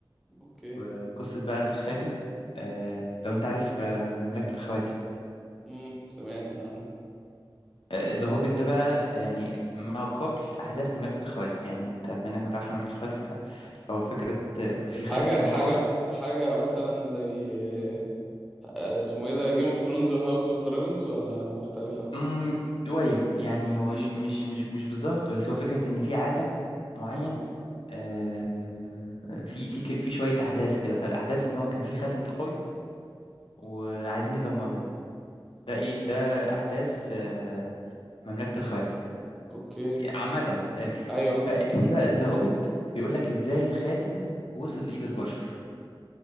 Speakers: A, in the centre; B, on the left.
A: اوكي
B: وقصة بقى الخاتم آه، لو انت عارف آه، مملكة الخواتم
A: مم. سمعت عنه
B: ذا هوبيت ده بقى آه، يعني ما قبل أحداث مملكة الخواتم يعني انت منك ما تعرفش مملكة الخواتم فهو فكرة آه، في
A: حاجه
B: خاتم
A: حاجه
B: قوي
A: حاجه مثلا زي آه، اسمه ايه ده جيم اوف ثرونز وهاوس اوف دراجونز ولا مختلفه
B: مم، شوية يعني هو
A: مم.
B: ش- مش مش مش بالظبط بس هو فكرة إن في عالم معين
A: اه
B: آه، آه، في في ك- في شوية أحداث كده فالأحداث إن هو كان في خاتم قوي وعايزين يدمروه ده إيه ده أحداث آه، مملكة الخواتم
A: اوكي
B: عامة آه،
A: ايوه فاهم
B: ففي بقى ذا هوبيت بيقول لك ازاي الخاتم وصل لإيد البشر